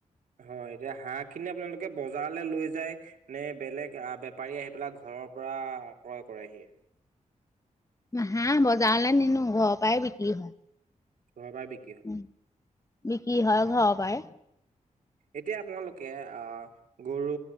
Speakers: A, on the right (about 85°); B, on the left (about 25°).
A: হয়! এতিয়া হাঁহ খিনি আপোনালোকে বজাৰলৈ লৈ যায়, নে বেলেগ আহ, বেপাৰীয়ে আহি পেলাই ঘৰৰ পৰা ক্ৰয় কৰেহি।
B: হাঁহ বজাৰলৈ নিনোঁ। ঘৰৰ পৰাই বিক্ৰী হয়।
A: ঘৰৰ পৰা বিক্ৰী হয়
B: উম বিক্ৰী হয়,
A: অ
B: ঘৰৰ পৰাই।
A: এতিয়া আপোনালোকে, আহ, গৰু,